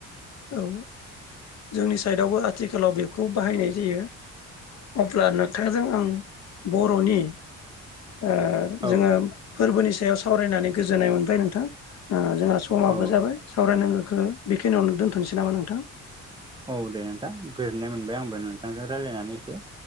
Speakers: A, on the left; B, on the right.
A: औ जोंनि साइडआवबो आथिखालाव बेखौ बाहायनाय जायो। अब्ला नोंथांजों आं बर'नि ओ ओ
B: औ
A: जोङो फोरबोनि सायाव सावरायनानै गोजोननाय मोनबाय नोंथां। ओ जोंहा समाबो
B: औ
A: जाबाय सावरायनांगौख बेखिनियावनो दोन्थ'नोसै नामा नोंथां।
B: औ दे नोंथां गोजोननाय मोनबाय आंबो नोंथांजों रायलायनानै एसे।